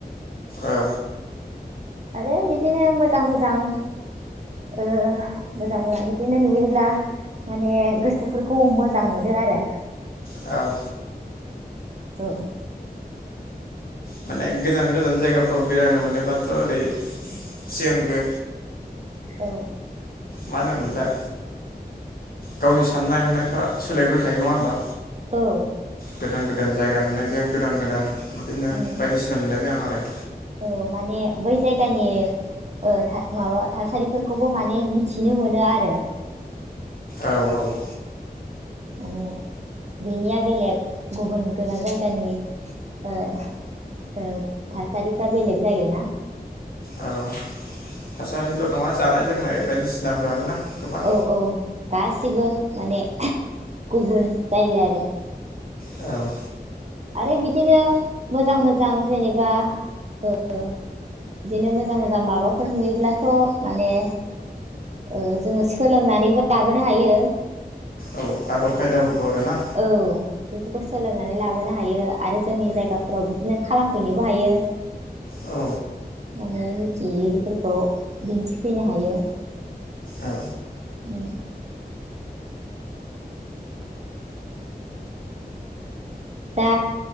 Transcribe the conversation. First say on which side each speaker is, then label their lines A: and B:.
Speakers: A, on the left (about 60°); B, on the right (about 40°).
A: औ
B: आरो बिदिनो मोजां मोजां ओ मोजां मोजां बिदिनो नुयोब्ला माने गोसोफोरखौ मोजां मोनो आरो।
A: औ
B: ओं
A: माने गोजान गोजान जायगाफ्राव बेरायनो मोनोबाथ' ओरै सिगांग्रो
B: औ
A: मानो होनोमोनलाय गावनि साननाय हनायफ्रा सोलायग्रोखायो नङा होमबा?
B: औ
A: गोदान गोदान जायगा नुनाय जों गोदान गोदान बिदिनो
B: उम
A: बायदिसिना नुनाय जायो आं आरो
B: औ माने बै जायगानि ओ था माबा थासारिफोरखौबो माने मिथिनो मोनो आरो।
A: औ औ।
B: माने बेनिया बेलेग गुबुन गोजान जायगानि ओ ओ थासारिफ्रा बेलेग जायोना।
A: औ थासारिल' नङा जानाय लोंनाय बायदिसिनाफोराबो ना। गोबां
B: औ औ गासिबो। माने गुबुन जायो आरो
A: औ
B: आरो बिदिनो मोजां मोजां जेनेबा ओ बिदिनो मोजां मोजां माबाफोर नुयोब्लाथ' माने ओ जोङो सोलोंनानैबो लाबोनो हायो।
A: औ आदब खायदाफोरखौ आरोना
B: औ बे सोलोंनानै लाबोनो हायो आरो जोंनि जायगाफोराव बिदिनो खालामफैनोबो हायो
A: औ
B: माने मिथियैफोरखौ दिन्थिफैनो हायो।
A: औ।
B: ओम। दा